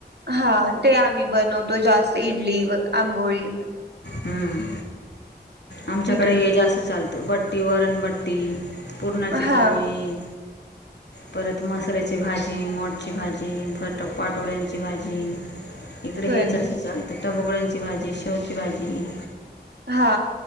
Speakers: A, on the right; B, on the left.
A: हा ते आम्ही बनवतो जास्त इडली व आंबोळी.
B: हम्म आमच्याकडे
A: इकडं
B: हे जास्त चालतं बट्टी, वरणबट्टी. पुरणाची
A: हा
B: पोळी. परत मसाल्याची भाजी, मोडची भाजी, परत टपाटोळ्यांची भाजी. इकडे हेच
A: पण
B: असं चालतं टबोकड्यांची भाजी, शेवची भाजी.
A: हा